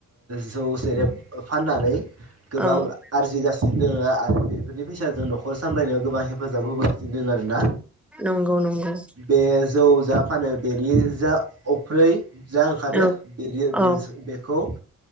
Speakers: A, on the right; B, in the centre.
A: जौ सेरेब फाननानै। गोबां
B: औ
A: आरजिगासिनो दङ आरो बेफोरनि फैसाजों न'खर सामलायनायाव गोबां हेफाजाब होबोदों। <unintelligible> आरोना
B: नंगौ नंगौ
A: बे जौ जा फानो बेनि जा। अफ्रै जा ओंखारो
B: औ
A: बेनि बे-बे-
B: औ
A: बेखौ।